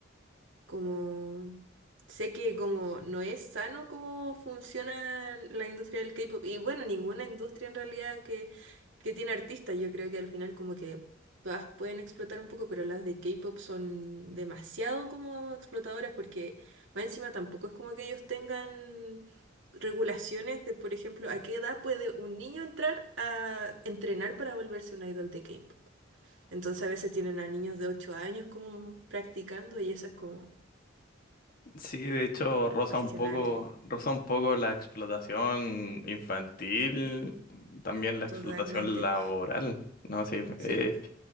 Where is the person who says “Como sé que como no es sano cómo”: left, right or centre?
Right